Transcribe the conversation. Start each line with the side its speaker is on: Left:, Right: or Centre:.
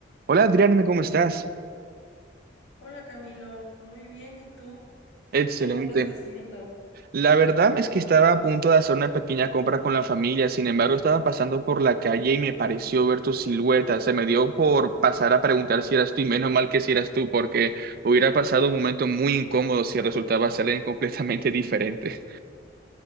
Right: Hola Adrián, ¿cómo estás?
Left: Hola Camilo, muy bien, ¿y tú?
Right: Excelente.
Left: ¿Qué andas haciendo?
Right: La verdad es que estaba a punto de hacer una pequeña compra con la familia, sin embargo estaba pasando por la calle y me pareció ver tu silueta. Se me dio por pasar a preguntar si eras tú y menos mal que si eras tú, porque hubiera pasado un momento muy incómodo si resultaba ser alguien completamente diferente.